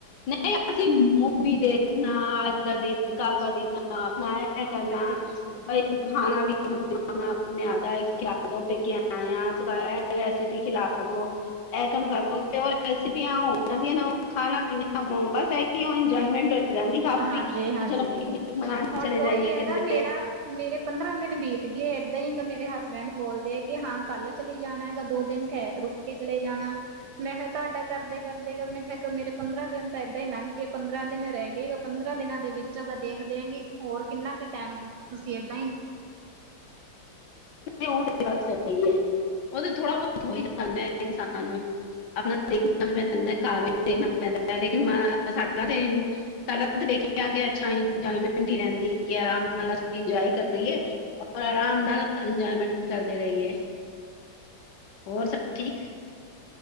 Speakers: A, on the left; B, on the right.
A: ਨਈ ਅਸੀ ਮੂਵੀ ਦੇਖਨਾ ਦਾ ਦਿਨ ਕੱਲ
B: ਵਿੱਚ
A: ਦਾ ਦਿਨ ਅਪਨਾ ਏ ਕਰਨਾ,
B: ਗੱਟੀ ਵਿੱਚ ਹੀ ਹੈ
A: ਬਈ ਖਾਨਾ ਵੀ ਅਪਨੇ ਆਦਾ ਖਿਲਾ ਦੋ ਪੇਕੇ ਆਏ ਆ, ਏ ਰੈਸਿਪੀ ਖਿਲਾ ਦੋ ਏ ਕੰਮ ਕਰ ਦੋ ਤੇ ੳ ਰੈਸਿਪੀਆ ਹੋ ਜਾਂਦੀਆਂ ਨੇ ਖਾਨਾ-ਪੀਨਾ ਬਸ ਏਹੀ ਏਜਵਾਏਮੈਂਟ ਹੋ ਜਾਂਦੀ ਕਾਫੀ
B: ਹਾਂਜੀ
A: ਕਿ
B: ਹਾਂਜੀ
A: ਚਲੋ ਪਿਕਨਿਕ ਮਨਾਨ
B: ਹੁਣ
A: ਚਲੇ
B: ਉਹੀ
A: ਜਾਈਏ
B: ਹੈਗਾ
A: ਕਿਧਰੇ।
B: ਮੇਰਾ ਮੇਰੇ ਪੰਦਰਾਂ ਦਿਨ ਬੀਤ ਗਏ ਏਦਾਂ ਈ। ਮੇਰੇ ਹਸਬੈਂਡ ਬੋਲਦੇ ਕਿ ਹਾਂ ਕੱਲ ਚਲੀ ਜਾਨਾ ਹੈਗਾ, ਦੋ ਦਿਨ ਠਹਰ, ਰੁਕ ਕੇ ਚਲੇ ਜਾਨਾ। ਮੈਂਹ ਤੁਹਾਡਾ ਕਰਦੇ ਕਰਦੇ ਮੈਂ ਕੈਹਾ ਮੇਰੇ ਪੰਦਰਾਂ ਦਿਨ ਤਾਂ ਏਦਾਂ ਹੀ ਨੰਘ ਗਏ, ਪੰਦਰਾਂ ਦਿਨ ਰੈ ਗਏ, ੳ ਪੰਦਰਾਂ ਦਿਨਾਂ ਦੇ ਵਿੱਚ ਅ ਦੇਖਦੇ ਆਂ ਕਿ ਹੋਰ ਕਿੰਨਾ ਕੁ ਟਾਈਮ ਤੁਸੀ ਏਦਾਂ ਈ
A: ੳਹ ਤੇ ਗੱਲ ਸਹੀ ਏ। ੳਹ ਤੇ ਥੋੜਾ ਬੋਹਤ ਹੋ ਈ ਜਾਂਦਾ ਏ ਇਨਸਾਨ। ਅਪਨਾ ਦੇਖਨਾ ਵੀ ਪੈਂਦਾ, ਘਰ ਵੀ ਦੇਖਨਾ ਪੈਂਦਾ ਲੇਕਿਨ ਸਾਡਾ ਤੇ ਸਾਡਾ ਦੇਖ ਕੇ ਇੱਛਾ ਇੰਜੋਏਮੈਂਟ ਈ ਰੇਂਦੀ ਕਿ ਆਰਾਮ ਨਾਲ ਅਸੀ ਇੰਜੋਏ ਕਰੀਏ। ਆਰਾਮ ਨਾਲ ਇੰਜੋਏਮੈਂਟ ਕਰਦੇ ਰਹੀਏ। ਹੋਰ ਸਭ ਠੀਕ।